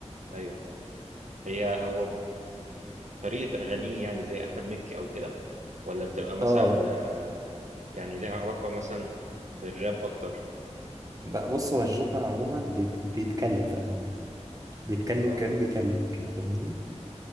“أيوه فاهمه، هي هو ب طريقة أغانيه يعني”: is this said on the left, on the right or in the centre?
Right